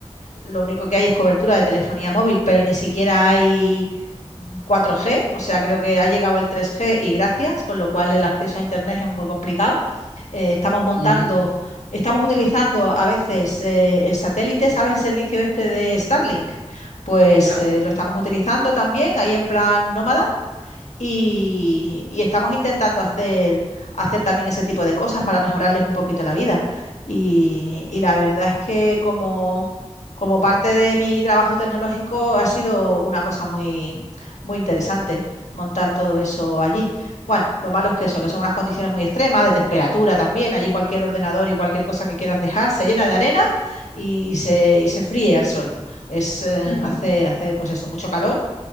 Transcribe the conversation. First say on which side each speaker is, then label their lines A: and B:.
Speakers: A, on the left; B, on the right.
A: lo único que hay es cobertura de telefonía móvil, pero ni siquiera hay 4G, o sea, creo que ha llegado el 3G y gracias, con lo cual el acceso a Internet es muy complicado. Eh, estamos montando,
B: ujú,
A: estamos utilizando a veces eh, el satélite, ¿sabes el servicio este de Starlink? Pues
B: ¿ya?
A: eh, lo estamos utilizando también ahí en plan nómada y, y estamos intentando hacer, hacer también ese tipo de cosas para mejorarles un poquito la vida. Y, y la verdad es que como, como parte de mi trabajo tecnológico ha sido una cosa muy, muy interesante montar todo eso allí. Bueno, lo malo es que eso, que son unas condiciones muy extremas, de temperatura también. Allí cualquier ordenador y cualquier cosa que quieras dejar se llena de arena y, y se, y se fríe al sol. Es, eh,
B: <laughs>
A: hace, hace pues eso, mucho calor